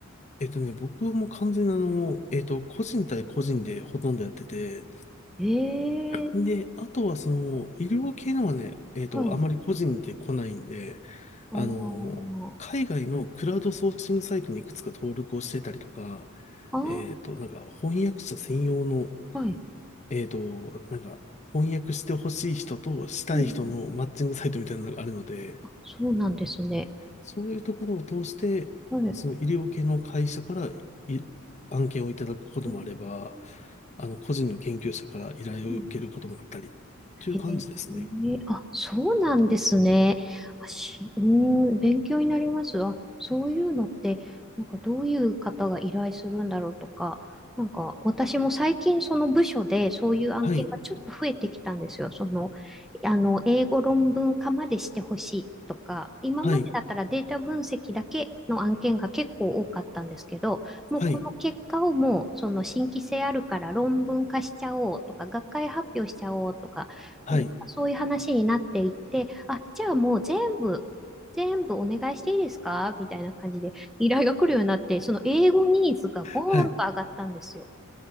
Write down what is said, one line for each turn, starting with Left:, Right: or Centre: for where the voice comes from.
Left: えっとね、僕も完全にあの、えっと、個人対個人でほとんどやってて、
Centre: ええ
Left: で、あとはその、医療系のはね、えっと、
Centre: うん。
Left: あまり個人で来ないんで、
Centre: あ
Left: あの、海外のクラウドソーシングサイトにいくつか登録をしてたりとか、
Centre: あ、あ
Left: えっと、なんか翻訳者専用の、
Centre: あ、はい。
Left: えっと、なんか翻訳してほしい人としたい人のマッチングサイトみたいなのがあるので、
Centre: うん。そうなんですね。
Left: そういうところを通して、
Centre: はい。
Left: その医療系の会社からい案件をいただくこともあれば、
Centre: う
Left: あの、個人の研究者から依頼を受けることもあったり、
Centre: ん
Left: という感じですね。
Centre: へえーあ、そうなんですね。あ、し、うーん、勉強になります。あ、そういうのって、なんかどういう方が依頼するんだろうとか、なんか私も最近その部署でそういう案件がちょっと増えてきたんですよ。
Left: はい、
Centre: その、あの、英語論文化までしてほしいとか、今までだったらデータ分析だけの案件が結構多かったんですけど、
Left: はい、
Centre: もうこの結果をもうその新規性あるから論文化しちゃおうとか、
Left: はい、
Centre: 学会発表しちゃおうとか、
Left: はい、
Centre: なんかそういう話になっていって、あ、じゃあもう全部、全部お願いしていいですかみたいな感じで依頼が来るようになって、その英語ニーズがボーンと上がったんですよ。
Left: はい、う